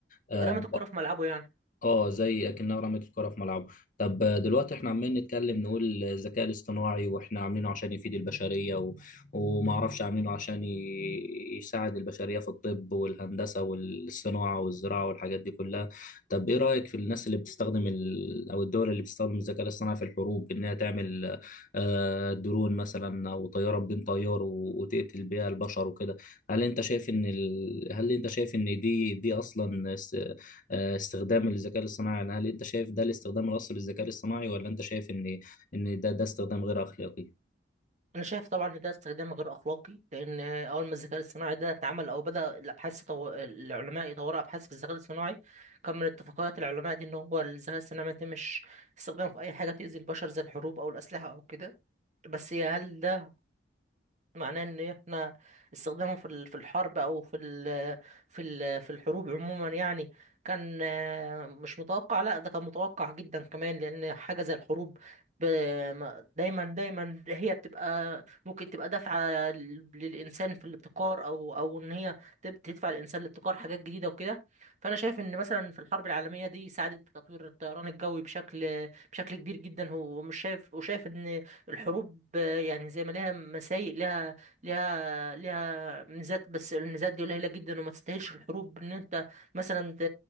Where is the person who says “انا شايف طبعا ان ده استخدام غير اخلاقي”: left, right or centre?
Right